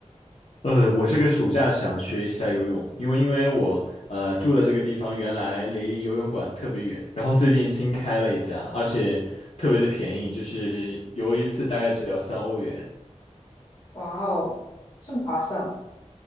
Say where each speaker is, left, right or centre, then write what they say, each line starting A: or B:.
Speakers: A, on the left (about 55°); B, on the left (about 30°).
A: 呃，我这个暑假想学一下游泳，因为因为我呃住的这个地方原来离游泳馆特别远，然后最近新开了一家，而且特别的便宜，就是游一次大概只要三欧元。
B: 哇哦，这么划算。